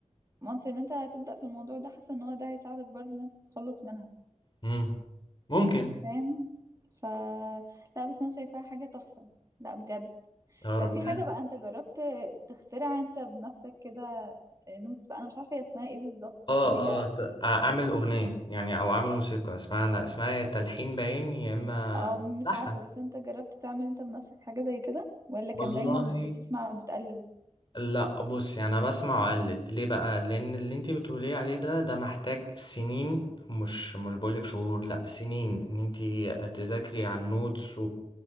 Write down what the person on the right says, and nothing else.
once ان انت هتبدأ في الموضوع ده حاسة ان هو ده هيساعدك برضه ان انت تتخلص منها
فاهم ف لا بس انا شايفاها حاجة تحفة لا بجد
طب
في حاجة بقى انت جربت تخترع انت بنفسك كده نوتس بقى انا مش عارفة هي اسمها ايه بالظبط
بس اللي هي
اه مش
عارفة بس انت جربت تعمل انت بنفسك حاجة زي كده ولا كان
دايما بتسمع وبتقلد